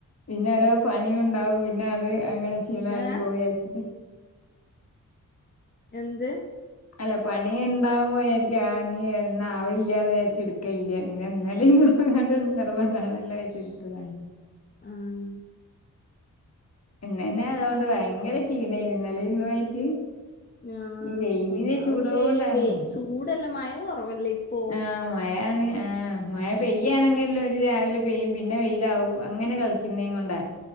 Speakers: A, on the left; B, on the left.
A: പിന്നെ ഒരോ പണിയൂണ്ടാവും പിന്നെ അത് അങ്ങനെ ക്ഷീണായി
B: ഏഹ്
A: പോവും വിചാരിച്ചിട്ട്.
B: എന്ത്
A: അല്ല പണി ഉണ്ടാവുമ്പോ യിജാരിക്ക്യു ആഹ് നി ഇന്നാവില്ല്യാന്ന് വിചാര്ച്ച് ഇടുക്കലില്ല. പിന്നെ ഇന്നലീം ഇന്നും. അങ്ങട് നിർബന്താണല്ലോ ച്ച് ഇടുത്തതാണ്.
B: ആഹ്.
A: ഇന്നന്നെ അതുകൊണ്ട് ഭയങ്കര ക്ഷീണേനി ഇന്നലിം ഇന്നും ആയിട്ട്.
B: ആഹ്
A: ഈ വെയിലിന്റെ
B: ഇണ്ടാവൂലേ
A: ചൂടോണ്ടാണ്
B: വേ ചൂടല്ലെ മയ കൊറവല്ലേ ഇപ്പൊ.
A: ആഹ് മഴയാണ്. ആഹ് മഴ പെയ്യാണെങ്കിലൊര് രാവിലെ പെയ്യും. പിന്നെ വെയിലാവും അങ്ങനെ കളി ക്കിന്നെം കൊണ്ട.